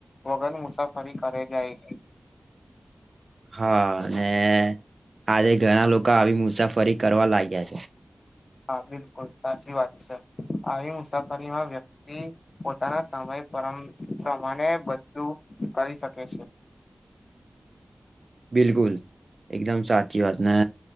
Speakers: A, on the left; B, on the right.
A: વગર મુસાફરી કરે જાય
B: હા ને આજે ઘણા લોકો આવી મુસાફરી કરવા લાગ્યા છે
A: હા બિલકુલ સાચી વાત છે આવી મુસાફરીમાં વ્યક્ પોતાના સમય પર પ્રમાણે બધું કરી શકે છે
B: બિલકુલ એકદમ સાચી વાત ને